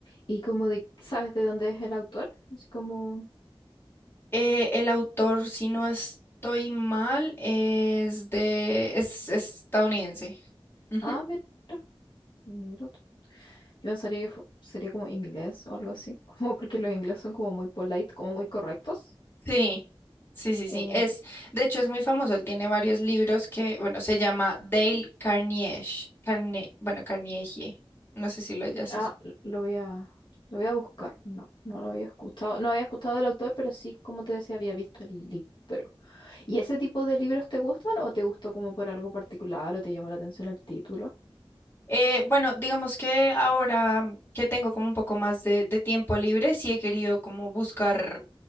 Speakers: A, on the left (about 55°); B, on the left (about 25°).
A: y como de, ¿sabes de dónde es el autor? Así como,
B: Eh, el autor, si no estoy mal, es de, es estadounidense. Ujú.
A: ah, mira, mira tú. Yo pensaría que fu- sería como inglés o algo así, <laughs> como porque los ingleses son como muy polite, como muy correctos.
B: Sí, sí, sí,
A: Eh,
B: sí. Es, de hecho, es muy famoso. Él tiene varios libros que, bueno, se llama Dale Carnegie. Carne, bueno, Carnegie. No sé si lo hayas
A: ah, lo voy a, lo voy a buscar. No, no lo había escuchado. No había escuchado del autor, pero sí, como te decía, había visto el libro. ¿Y ese tipo de libros te gustan o te gustó como por algo particular o te llamó la atención el título?
B: Eh, bueno, digamos que ahora que tengo como un poco más de, de tiempo libre, sí he querido como buscar,